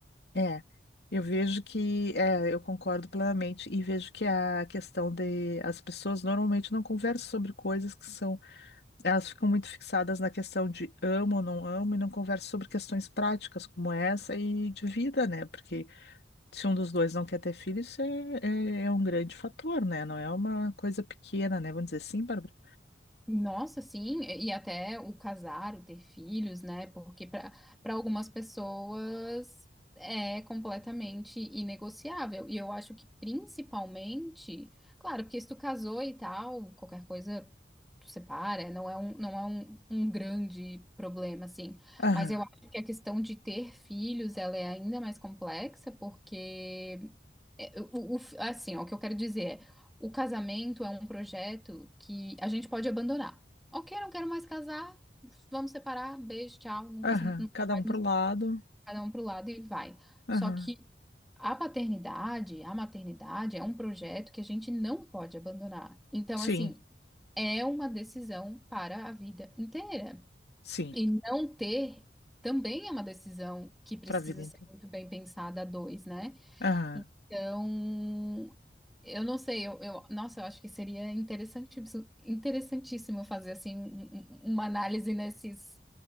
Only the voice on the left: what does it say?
É, eu vejo que, é, eu concordo plenamente e vejo que a questão de as pessoas normalmente não conversam sobre coisas que são, elas ficam muito fixadas na questão de amo ou não amo e não conversam sobre questões práticas como essa e de vida, né? Porque se um dos dois não quer ter filho, isso é, é, é um grande fator, né? Não é uma coisa pequena, né? Vamos dizer assim, Bárbara?
Aham,
aham,
cada
um pro
lado,
aham,
sim,
sim,
pra vida inteira.
Aham,